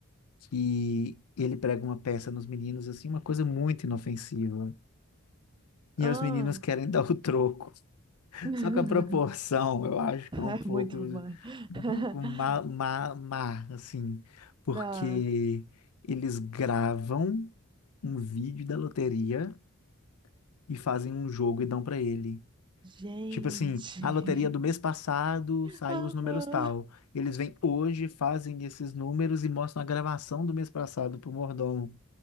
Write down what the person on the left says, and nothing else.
que ele prega uma peça nos meninos, assim, uma coisa muito inofensiva. E
os meninos querem <laughs> dar o troco.
Só que a proporção, eu acho que é um
pouco,
um
pouco má, má, má, assim, porque
eles gravam um vídeo da loteria e fazem um jogo e dão pra ele.
Tipo assim, a loteria do mês passado
saiu
os números tal. Eles vêm hoje, fazem esses números e mostram a gravação do mês passado pro mordomo.